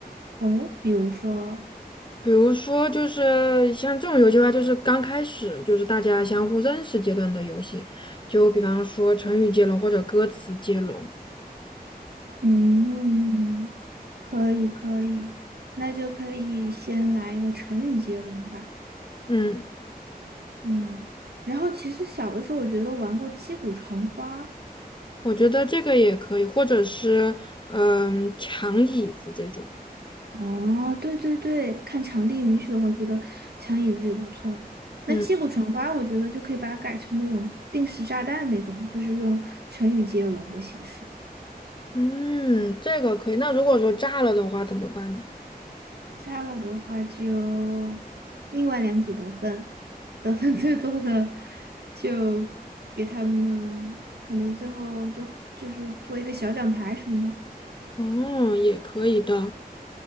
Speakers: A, on the right; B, on the left.
A: 哦，比如说。
B: 比如说，就是像这种游戏的话，就是刚开始就是大家相互认识阶段的游戏，就比方说成语接龙或者歌词接龙。
A: 嗯，可以可以，那就可以先来一个成语接龙吧。
B: 嗯，
A: 嗯，然后其实小的时候我觉得玩过击鼓传花。
B: 我觉得这个也可以，或者是嗯抢椅子这种。
A: 哦，对对对，看场地允许的话，觉得抢椅子也不错。那击鼓传花，
B: 嗯
A: 我觉得就可以把它改成那种定时炸弹那种，就是用成语接龙的形式。
B: 嗯，这个可以。那如果说炸了的话怎么办呢？
A: 加了的话就另外两组得分，得分最多的就给他们可能最后就就是做一个小奖牌什么的，
B: 哦，也可以的。